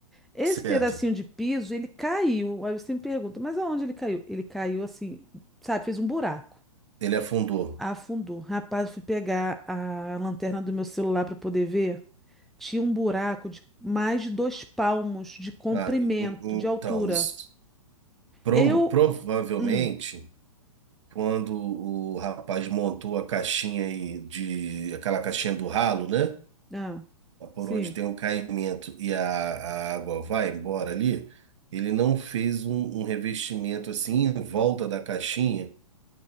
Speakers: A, in the centre; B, on the right.
A: Esse
B: certo.
A: pedacinho de piso, ele caiu. Aí você me pergunta, mas aonde ele caiu? Ele caiu assim, sabe? Fez um buraco.
B: Ele afundou.
A: Afundou. Rapaz, eu fui pegar a lanterna do meu celular para poder ver. Tinha um buraco de mais de dois palmos de comprimento,
B: Ah, e- então,
A: de altura.
B: isso, prova-
A: Eu.
B: provavelmente,
A: Hum,
B: quando o rapaz montou a caixinha aí de aquela caixinha do ralo, né?
A: ah,
B: Ah, Por
A: sim.
B: onde tem um caimento e a, a água vai embora ali, ele não fez um, um revestimento assim em volta da caixinha,